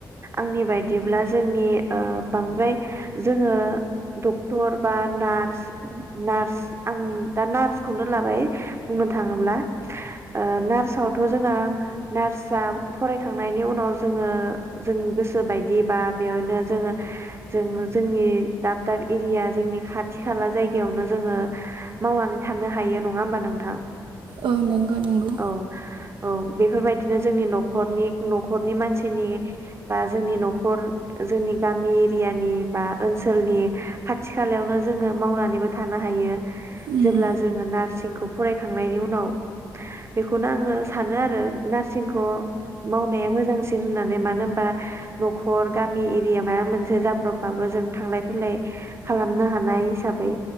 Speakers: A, on the right; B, on the right.
A: आंनि बायदिब्ला जोंनि ओ बांद्राय जोङो डक्टर बा नार्स नार्स आं दा नार्सखौनो लाबाय बुंनो थाङोब्ला ओ नार्सआवथ' जोंना नार्सआ फरायखांनायनि उनाव जोङो जों गोसो बायदि बा बेयावनो जोङो जों जोंनि दाब दाब एरिया जोंनि खाथि खाला जायगायावनो जोङो। मावनानै थानो हायो नङा होमबा नोंथां
B: ओ नंगौ नंगौ
A: औ औ बेफोरबायदिनो जोंनि न'खरनि न'खरनि मानसिनि बा जोंनि न'खर जोंनि गामि एरियानि बा ओनसोलनि खाथि खालायावनो जोङो मावनानैबो थानो हायो।
B: उम
A: जेब्ला जोङो नार्सिंखौ फरायखांनायनि उनाव बेखौनो आङो सानो आरो नार सिंखौ मावनाया मोजांसिन होननानै मानो होनबा न'खर गामि एरिया माबा मोनसे जाब्रबबाबो जों थांलाय फैलाय खालामनो हानाय हिसाबै